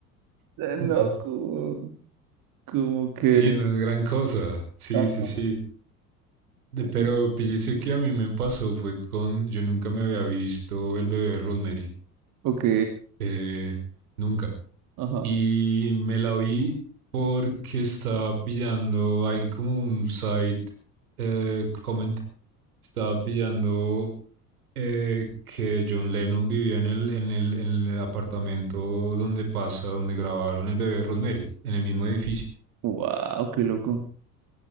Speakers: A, on the right; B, on the right.
A: eh, ¿no?
B: quizás.
A: Como, como que...
B: sí, no es gran cosa. Sí,
A: Ajá.
B: sí, sí. De- Pero
A: en-
B: píllese que a mí me pasó fue con. Yo nunca me había visto el bebé Rosemary.
A: Ok,
B: eh, nunca.
A: ajá.
B: Y me la vi porque estaba pillando. Hay como un site eh, comment. Estaba pillando eh, que John Lennon vivía en el, en el, en el apartamento donde pasa, donde grabaron el bebé Rosemary, en el mismo edificio.
A: Wow, qué loco.